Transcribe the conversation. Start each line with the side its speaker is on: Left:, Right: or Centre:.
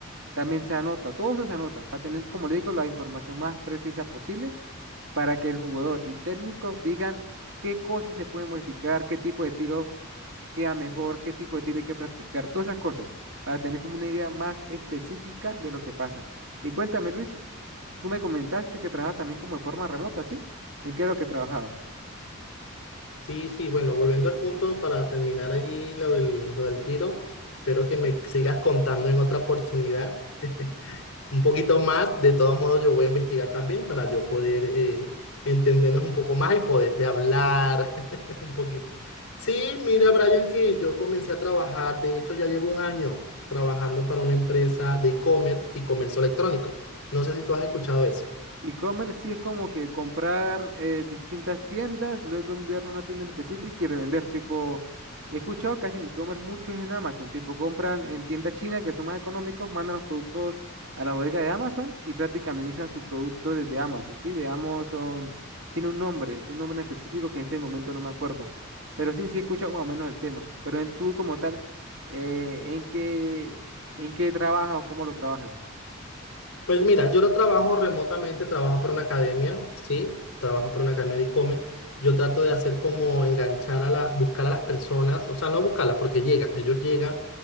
Right: También se anota, todos eso se anotan, para tener, como le digo, la información más precisa posible para que el jugador y técnico digan qué cosas se pueden modificar, qué tipo de tiro queda mejor, qué tipo de tiro hay que practicar, todas esas cosas, para tener como una idea más específica de lo que pasa. Y cuéntame, Luis, tú me comentaste que trabajas también como de forma remota, ¿sí? ¿En qué es lo que trabajabas?
Left: Sí, sí, bueno, volviendo al punto para terminar allí lo del, lo del tiro, espero que me sigas contando en otra oportunidad. un poquito más. De todos modos, yo voy a investigar también para yo poder eh, entendernos un poco más y poderte hablar <laughs> un poquito. Sí, mira, Brian, que yo comencé a trabajar, de hecho, ya llevo un año trabajando para una empresa de e-commerce y comercio electrónico. No sé si tú has escuchado eso.
Right: E-commerce sí es como que comprar eh, distintas tiendas, luego enviarlo a una tienda en específico y revender. Tipo, he escuchado casi en e-commerce mucho es en Amazon. Tipo, compran en tiendas chinas que son más económicos, mandan los productos a la bodega de Amazon y prácticamente administran sus productos desde Amazon. Sí, de Amazon tiene un nombre, tiene un nombre en específico que en este momento no me acuerdo. Pero sí, sí he escuchado más o menos el tema. Pero en, tú como tal, eh, ¿en qué, en qué trabajas o cómo lo trabajas?
Left: Pues mira, yo lo trabajo remotamente, trabajo para una academia, ¿sí? Trabajo para una academia de e-commerce. Yo trato de hacer como enganchar a la, buscar a las personas, o sea, no buscarlas porque llegan, ellos llegan,